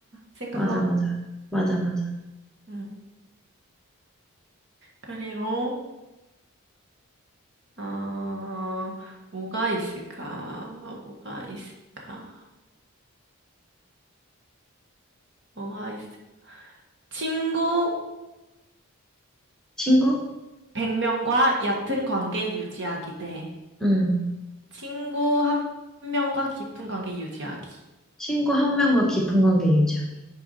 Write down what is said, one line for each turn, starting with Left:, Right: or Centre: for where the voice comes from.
Right: 생각하고.
Centre: 맞아, 맞아. 맞아, 맞아.
Right: 응. 그리고, 어, 뭐가 있을까? 뭐가 있을까? 뭐가 있을 친구
Centre: 친구?
Right: 100명과 얕은 관계 유지하기 대
Centre: 응.
Right: 친구 한 명과 깊은 관계 유지하기.
Centre: 친구 한 명과 깊은 관계 유지하기.